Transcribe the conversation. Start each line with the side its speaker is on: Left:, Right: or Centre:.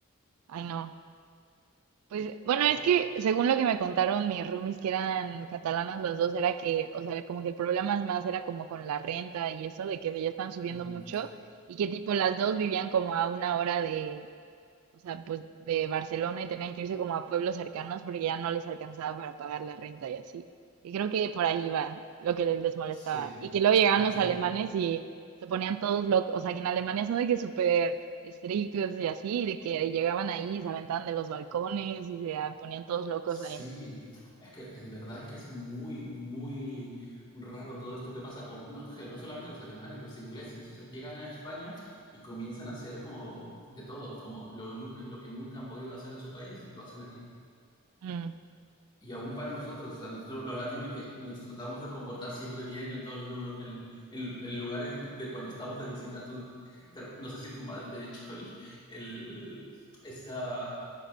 Right: ay, no. Pues, bueno, es
Left: Sí.
Right: que según lo que me contaron mis roomies, que eran catalanas los dos, era que, o sea, como que el problema es más era como con la renta y eso, de que ya están subiendo
Left: Uh -huh.
Right: mucho y que tipo las dos vivían como a una hora de, o sea, pues de Barcelona y tenían que irse como a pueblos cercanos porque ya no les alcanzaba para pagar la renta y así. Y creo que por ahí va lo que les les molestaba.
Left: sí,
Right: Y que luego
Left: es
Right: llegaban
Left: que han
Right: los
Left: subido.
Right: alemanes y se ponían todos locos, o sea, que en Alemania son de que súper estrictos y así, de que llegaban ahí, y se aventaban de los balcones y se ah, ponían todos locos
Left: Sí,
Right: ahí.
Left: es que en verdad es que es muy, muy raro todo esto que pasa con, no, que no solamente los alemanes, los ingleses, o sea, llegan a España y comienzan a hacer como de todo, como lo, nunca, lo que nunca han podido hacer en su país, lo hacen aquí.
Right: Mm.
Left: Y aún para nosotros, o sea, nosotros, los latinos que nos tratamos de comportar siempre bien en todos los en, en, en lugares de cuando estamos de visita. Tú, te, no sé si tu madre te ha dicho el, el esta,